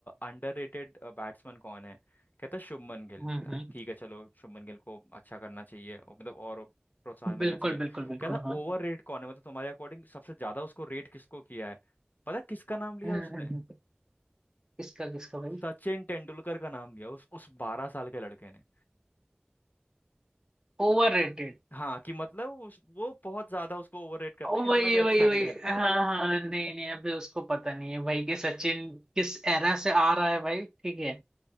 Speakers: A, on the left; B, on the right.
A: अंडररेटेड बैट्समैन कौन है कहता शुभमन गिल
B: हम्म
A: था,
B: हम्म
A: ठीक है चलो शुभमन गिल को अच्छा करना चाहिए और मतलब और प्रोत्साहन
B: बिल्कुल
A: मिलना चाहिए
B: बिल्कुल बिल्कुल
A: कहता
B: हाँ
A: ओवर
B: हम्म
A: रेट कौन है मतलब तुम्हारे अकॉर्डिंग सबसे ज्यादा उसको रेट किसको किया है पता है किसका नाम लिया
B: हम्म
A: उसने
B: हम्म। किसका किसका भाई
A: सचिन तेंदुलकर का नाम लिया उस उस बारह साल के लड़के ने
B: Over rated
A: हाँ कि मतलब उस, वो बहुत ज्यादा उसको ओवररेट करते
B: वही
A: हैं इतना भी अच्छा
B: वही वही
A: नहीं खेलता
B: <laughs> हाँ
A: था वो
B: हाँ नहीं नहीं अभी उसको पता नहीं है भाई कि सचिन किस एरा से आ रहा है भाई ठीक है